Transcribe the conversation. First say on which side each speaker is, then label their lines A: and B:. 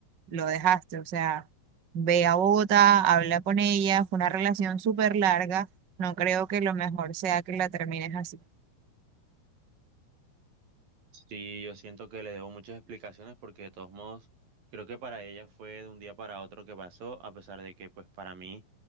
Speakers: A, on the right; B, on the right.
A: lo dejaste. O sea, ve a Bogotá, habla con ella, fue una relación súper larga. No creo que lo mejor sea que la termines así.
B: Sí, yo siento que le debo muchas explicaciones porque de todos modos creo que para ella fue de un día para otro que pasó, a pesar de que pues para mí